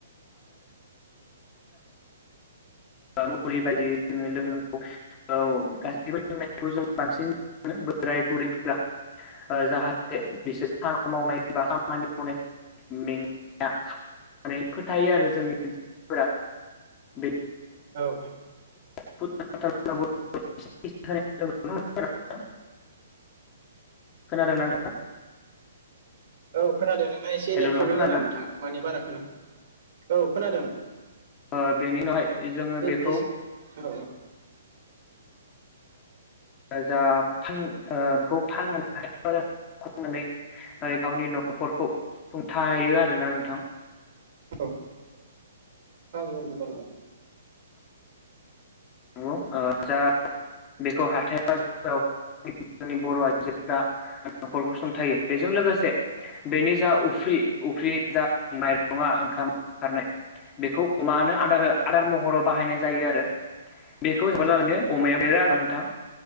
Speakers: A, on the left; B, on the right.
A: मलि बायदियै जोङो लोंनांगौ औ गासैबो जों बांसिन बोराय बुरैफोरा जाहाथे बिसोर सान मावनाय बा खामानि मावनाय में नानै फोथायो आरो जोंनि ओनफोरा बे
B: औ औ
A: <inaudible> खोनादों
B: औ औ
A: नोंथां
B: औ खोनादों नों एसे
A: हेल'
B: नेट
A: नोंथां
B: प्रब्लेम
A: खोनादोंना
B: जादों नोंथां मानि बारा खोनादों औ खोनादों
A: ओ बेनि उनावहाय जोङो
B: एसे
A: बेखौ
B: औ
A: जा बेखौ ओ फाननानै हाय नानै गावनि न'खरखौ सुंथायो आरोना नोंथां
B: औ औ औ नंगौ नंगौ
A: नंगौ ओ जा बेखौ हाथाइ बाजाराव जोंनि बर' आइजोफोरा न'खर गसुंथायो बेजों लोगोसे बेनि जा उफ्रि उफ्रि जा माइरङा ओंखाम ओंखारनाय बेखौ अमानो आदार आदार महराव बाहायनाय जायो आरो बेखौ जबाय लानो अमाया देरा आरो नोंथां